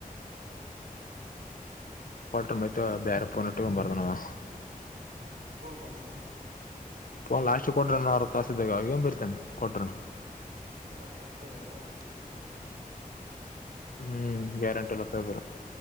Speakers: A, on the right; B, on the left.
A: ಹ್ಮ
B: ಕೊಟ್ರ ಮತ್ತ್ ಬೇರೆ ಫೋನ್ ಇಟಕೊಂಡು ಬರ್ದನ ಅವ
A: ಪೋನ್ ಕೊಟ್ಟಿಲ್ಲ
B: ಫೋನ್ ಲಾಸ್ಟ್ ಕೊಟ್ರ ಅರ್ಧ ತಾಸ್ದಾಗ ಅವಗ ಏನ್ ಬರಿತನ್ ಕೊಟ್ರನು
A: ಅಂದರ ಪೇಪರ್ ಎಂಗತಾನ ಓದತಾನ್
B: ಹ್ಮ್ ಗ್ಯಾರಂಟಿಲ್ಲ ಪಬರ